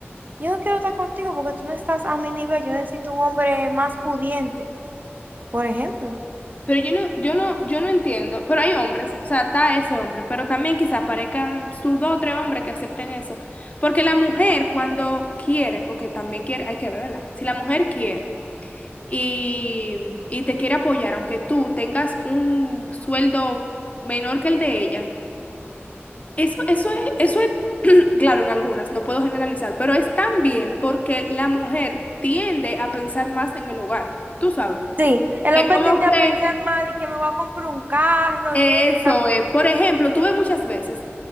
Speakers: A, on the right (about 40°); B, on the left (about 35°).
A: yo no quiero estar contigo porque tú no estás a mi nivel. Yo necesito un hombre más pudiente, por ejemplo.
B: pero yo no, yo no, yo no entiendo, pero hay hombres, o sea, está ese hombre, pero también quizá aparezcan sus dos o tres hombres que acepten eso, porque la mujer cuando quiere, porque también quiere, hay que verla, si la mujer quiere, y, y te quiere apoyar, aunque tú tengas un sueldo menor que el de ella, eso, eso es, eso es, <clears throat> claro, en algunas, no puedo generalizar, pero es también porque la mujer tiende a pensar más en el hogar, tú sabes.
A: Sí, el
B: Es
A: hombre
B: como
A: tiende
B: que
A: a pensar más de que me voy a comprar un carro
B: eso
A: y eso. y tal.
B: es, por ejemplo, tú ves muchas veces